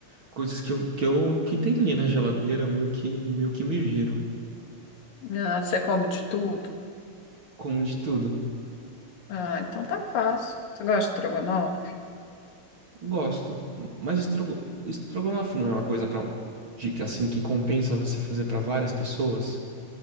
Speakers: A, on the right; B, on the left.
A: Coisas que eu, que eu que tem ali na geladeira, meio que meio que me viro.
B: Ah, você come de tudo?
A: Como de tudo.
B: Ah, então tá fácil. Você gosta de estrogonofe?
A: Gosto, mas estrogo, estrogonofe não é uma coisa para assim que compensa você fazer para várias pessoas?